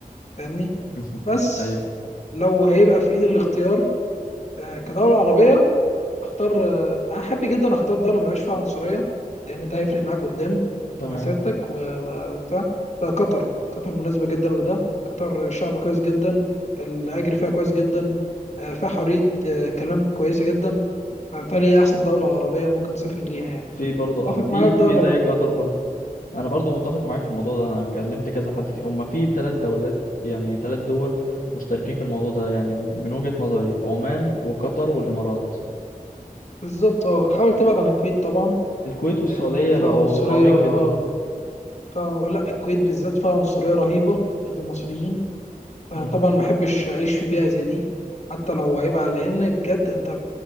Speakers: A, on the left; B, on the left.
A: فاهمني
B: <laughs>
A: بس
B: ايوه
A: لو هيبقى في ايد الاختيار آه، كدوله عربيه اختار آه، انا احب جدا اختار دوله ما بيبقاش فيها عنصريه لان ده هيفرق معاك قدام
B: تمام
A: في مسيرتك و- و- وبتاع فقطر قطر مناسبه جدا لده قطر شعب كويس جدا الاجر فيها كويس جدا آه، فيها حريه آه، كلام كويسه جدا فبالتالي هي احسن دوله عربيه ممكن تسافر ليها يعني
B: في برضه اه
A: اتفق
B: في
A: معايا في ده
B: في
A: ولا
B: زي
A: لا
B: قطر برضه انا برضو متفق معاك في الموضوع ده انا كلمت كذا حد فيه هما في ثلاث دولات يعني ثلاث دول مشتركين في الموضوع ده يعني ب- من وجهة نظري عمان وقطر والامارات
A: بالظبط اه حاول تبعد عن الكويت طبعا
B: الكويت والسعودية
A: لان فيها
B: بقوا
A: عنصريه
B: صعبين
A: اه
B: جدا
A: فيها لا الكويت بالذات فيها عنصريه رهيبه ضد المصريين فطبعا
B: مم.
A: ما بحبش اعيش في بيئه زي دي حتى لو هيبقى لان بجد انت